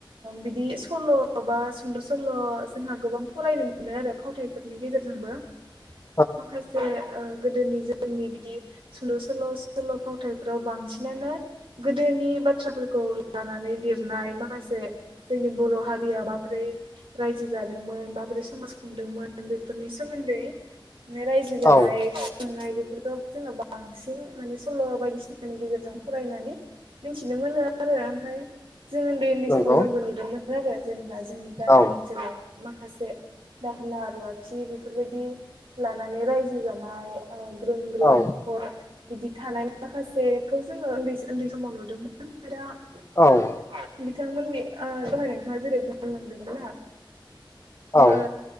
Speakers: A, on the right; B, on the left.
A: बिदि सल' बा सुंद' सल' जोंहा गोबां फरायनो मोनो आरो फावथाय फोरनि गेजेरजोंबो
B: <inaudible>
A: माखासे गोदोनि जोंनि बिदि सुंल' सल' सल' फावथायफोराव बांसिनानो गोदोनि बाथ्राफोरखौ लानानै लिरनाय माखासे जोंनि बर' हारिया माबोरै रायजो जादोंमोन माबोरै समाज खुंदोंमोन? बेफोरनि सोमोन्दै न रायजो जानाय
B: औ
A: बेफोरखौ <unintelligible> बांसिन माने सल' बायदिसिनानि गेजेरजों फरायनानै मिथिनो मोनो आरो, ओमफ्राय जोङो उन्दै उन्दै
B: नंगौ
A: समाव जोंबो नुदोंमोन आरो जेनेबा जोंनि गामि
B: औ
A: ओनसोलाव माखासे दाहोना रुवाथि बेफोरबायदि लानानै रायजो जानाय, ग्रोम ग्रोम
B: औ
A: न'खर हर बिदि थानाय माखासेखौ जोङो उन्दै उन्दै समाव नुदोंमोन ओमफ्राय दा
B: औ
A: उम बिथांमोननि दहाय नोंथाङा जेरै बुंनो मोनदोंमोन ना
B: औ
A: ओ